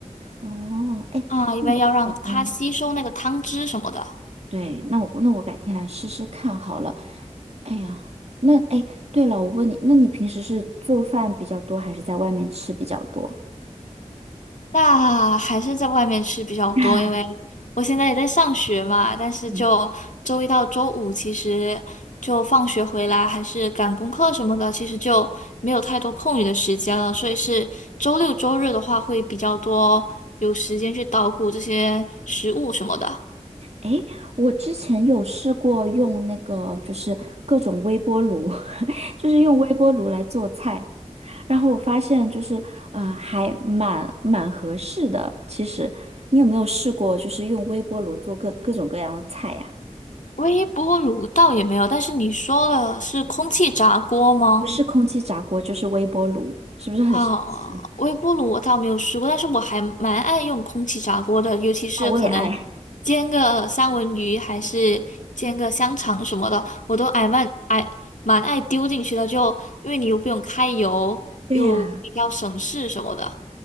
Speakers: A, on the right; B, on the left.
A: 哦，哎，
B: 啊，因为要让它吸收那个汤汁什么的。
A: 那我就改天，对，那我那我改天来试试看好了。哎呀，那哎，对了，我问你，那你平时是做饭比较多，还是在外面吃比较多？
B: 那还是在外面吃比较多，
A: <laughs>
B: 因为我现在也在上学嘛，但是就周一到周五，
A: 嗯
B: 其实就放学回来还是赶功课什么的，其实就没有太多空余的时间了，所以是周六周日的话会比较多有时间去捣鼓这些食物什么的。
A: 诶，我之前有试过用那个，就是各种微波炉，<laughs> 就是用微波炉来做菜，然后我发现就是，呃，还蛮蛮合适的。其实，你有没有试过，就是用微波炉做各各种各样的菜呀、
B: 微波炉倒也没有，但是你说的是空气炸锅吗？
A: 不是空气炸锅，就是微波炉，是不是很神奇？
B: 啊，微波炉我倒没有试过，但是我还蛮爱用空气炸锅的，尤其是可能
A: 那我也爱。
B: 煎个三文鱼，还是煎个香肠什么的，我都爱蛮爱蛮爱丢进去的，就因为你又不用开油，
A: 对呀、
B: 又比较省事什么的。